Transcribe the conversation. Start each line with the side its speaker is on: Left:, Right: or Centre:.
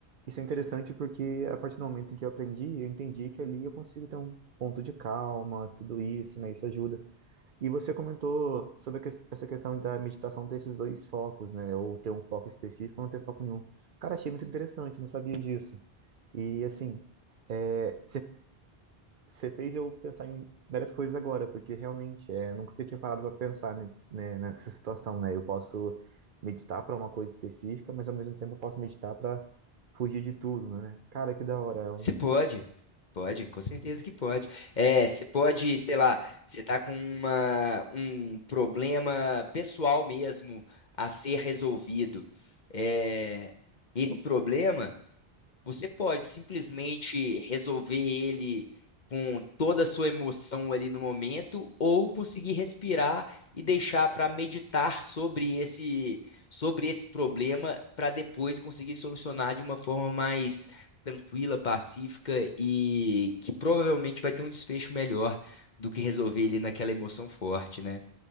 Right: isso é interessante porque a partir do momento em que eu aprendi, eu entendi que ali eu consigo ter um ponto de calma, tudo isso, né? Isso ajuda. E você comentou sobre a ques- essa questão da meditação ter esses dois focos, né? Ou ter um foco específico ou não ter foco nenhum. Cara, achei muito interessante, não sabia disso. E assim, é, você fez eu pensar em várias coisas agora, porque realmente é, eu nunca tinha parado para pensar nes- né, nessa situação, né? Eu posso meditar para uma coisa específica, mas ao mesmo tempo eu posso meditar para fugir de tudo, né? Cara, que da hora, é um
Left: Você pode, pode, com certeza que pode. É, você pode, sei lá, você tá com uma, um problema pessoal mesmo a ser resolvido. É, esse problema. Você pode simplesmente resolver ele com toda a sua emoção ali no momento, ou conseguir respirar e deixar para meditar sobre esse, sobre esse problema para depois conseguir solucionar de uma forma mais tranquila, pacífica e que provavelmente vai ter um desfecho melhor do que resolver ele naquela emoção forte, né?